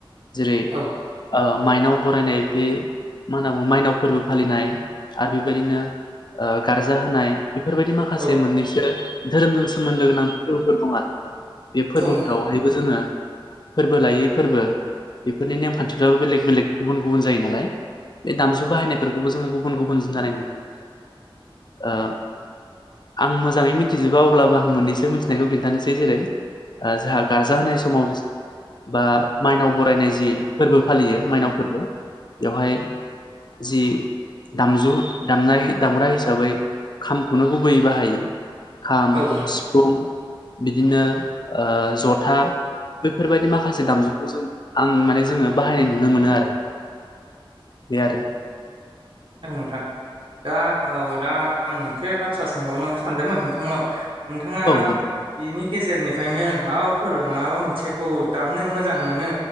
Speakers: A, on the left; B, on the right.
A: जेरै
B: औ
A: ओ माइनाव बरायनाय बे मा होनना बुङो माइनाव फोरबो फालिनाय आरो बेबायदिनो ओ गारजा होनाय बेफोरबायदि माखासे
B: औ
A: मोननैसो धोरोमजों सोमोन्दो गोनां फोरबोफोर दं आरो बे फोरबोफोरावहायबो
B: औ नोंथां
A: जोङो फोरबो लायै फोरबो बेफोरनि नेमखान्थिफ्राबो बेलेग बेलेग गुबुन गुबुन जायो नालाय बे दामजु बाहायनायफोरखौबो जोङो गुबुन गुबुन जानाय नु ओ आं मोजाङै मिथिजोबाव अब्लाबो आं मोननैसो मिथिनायखौ खिन्थानोसै जेरै ओ जोंहा गारजा होनाय समाव बा माइनाव बरायनाय जि फोरबो फालियो माइनाव फोरबो बेवहाय जि दामजु दामनाय दामग्रा हिसाबै खामखौनो गुबैयै बाहायो खाम
B: औ नोंथां
A: सिफुं बिदिनो ओ जथा बेफोरबायदि माखासे दामजुखौ जों आं माने जोङो बाहायनाय नुनो मोनो आरो बे आरो
B: औ नोंथां दा औ दा आं मोनसे बाथ्रा सोंबावनो सानदोंमोन नोंथांनाव नोंथाङा
A: औ नोंथां
B: बेनि गेजेरनिफ्रायनो माबाफोर माबा मोनसेखौ दामनो मोजां मोनो